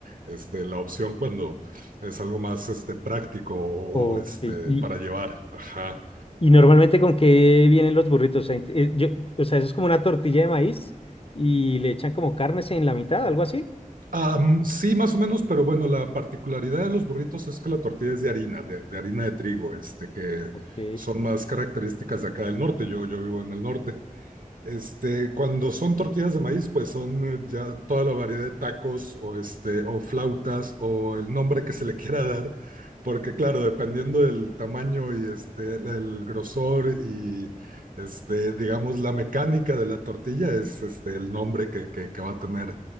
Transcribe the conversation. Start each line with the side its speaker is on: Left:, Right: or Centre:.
Right: este, la opción cuando es algo más este, práctico o,
Left: Ok,
Right: o, este,
Left: Y,
Right: para llevar. Ajá.
Left: ¿Y normalmente con qué vienen los burritos? O sea, int- eh, yo- o sea, eso es como una tortilla de maíz y le echan como carnes en la mitad, algo así.
Right: Am, sí, más o menos, pero bueno, la particularidad de los burritos es que la tortilla es de harina, de, de harina de trigo, este, que
Left: Ok.
Right: son más características de acá del norte. Yo, yo vivo en el norte. Este, cuando son tortillas de maíz, pues son eh, ya toda la variedad de tacos o, este, o flautas o el nombre que se le <laughs> quiera dar, porque claro, dependiendo del tamaño y este, el el grosor y este, digamos la mecánica de la tortilla es este, el nombre que, que, que va a tener